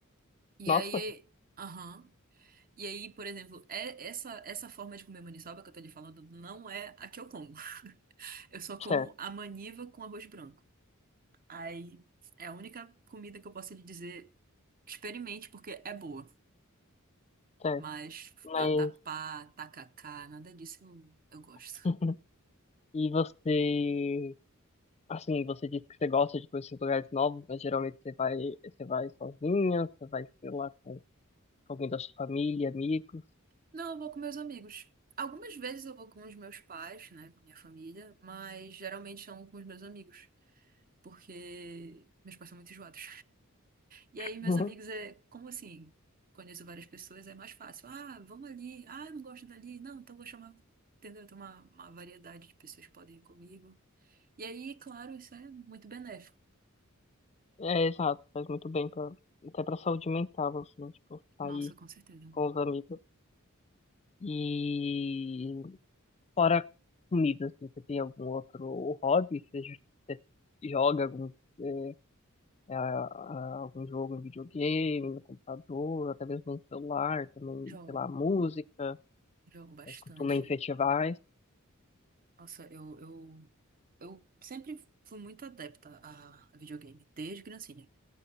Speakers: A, on the right; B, on the left.
A: E
B: Nossa,
A: aí, aham. E aí, por exemplo, é essa essa forma de comer maniçoba que eu tô lhe falando não é a que eu como. <laughs> Eu só como
B: certo,
A: a maniva com arroz branco. Aí é a única comida que eu posso lhe dizer, experimente porque é boa.
B: certo.
A: Mas
B: Mas,
A: vatapá, tacacá, nada disso eu, eu gosto.
B: <laughs> e você, assim, você disse que você gosta de conhecer lugares novos, mas geralmente você vai, você vai sozinha, você vai, sei lá, com, com alguém da sua família, amigos.
A: Não, eu vou com meus amigos. Algumas vezes eu vou com os meus pais, né, com a minha família, mas geralmente são com os meus amigos, porque meus pais são muito enjoados. E aí,
B: <laughs>
A: meus amigos, é como assim? Conheço várias pessoas, é mais fácil. Ah, vamos ali. Ah, eu não gosto dali. Não, então vou chamar. Entendeu? Tem uma, uma variedade de pessoas que podem ir comigo. E aí, claro, isso é muito benéfico.
B: É, exato, faz muito bem pra, até pra saúde mental, assim, tipo, sair
A: Nossa, com certeza.
B: com os amigos. E fora comida, assim, você tem algum outro hobby? Você, j- você joga algum, eh, a- a- algum jogo no videogame, no computador, até mesmo no celular, também,
A: Jogo,
B: sei lá, música,
A: jogo bastante.
B: você costuma ir em festivais.
A: Nossa, eu, eu, eu sempre fui muito adepta a a videogame, desde criancinha.